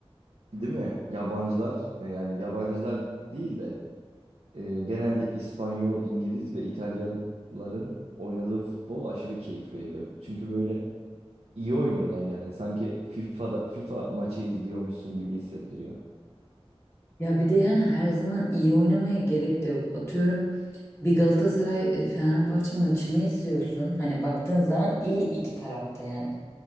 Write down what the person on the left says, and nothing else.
Ya bir de yani her zaman iyi oynamaya gerek de yok. Atıyorum bir Galatasaray e, Fenerbahçe maçını izliyorsun. Hani baktığın zaman iyi iki tarafta yani.